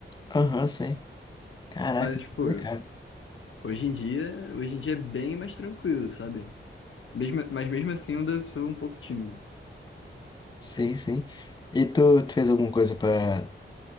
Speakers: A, on the left; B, on the left.
A: Aham, sim. Caraca,
B: Mas, tipo,
A: complicado.
B: hoje em dia, hoje em dia é bem mais tranquilo, sabe? Mesmo, mas mesmo assim eu ainda sou um pouco tímido.
A: Sim, sim. E tu, tu fez alguma coisa pra